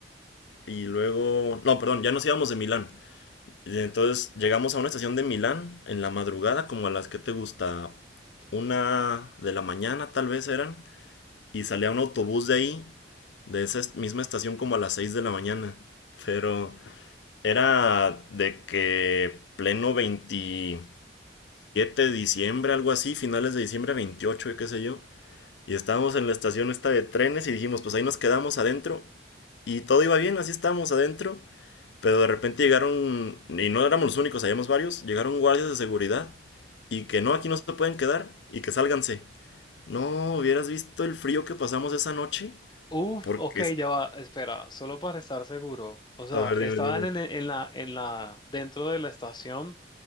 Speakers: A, on the left; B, on the left.
A: y luego no, perdón, ya nos íbamos de Milán. Y entonces llegamos a una estación de Milán en la madrugada, como a las que te gusta, una de la mañana tal vez eran, y salía un autobús de ahí, de esa est- misma estación como a las 6 de la mañana. Pero era de que pleno veintisiete de diciembre, algo así, finales de diciembre 28 y qué sé yo. Y estábamos en la estación esta de trenes y dijimos, pues ahí nos quedamos adentro. Y todo iba bien, así estábamos adentro. Pero de repente llegaron, y no éramos los únicos, habíamos varios, llegaron guardias de seguridad y que no, aquí no se pueden quedar y que sálganse. No, hubieras visto el frío que pasamos esa noche.
B: Uf,
A: Porque,
B: ok,
A: es-
B: ya va, espera, solo para estar seguro. O sea,
A: a ver,
B: estaban
A: dime, dime.
B: en, el- en la, en la, dentro de la estación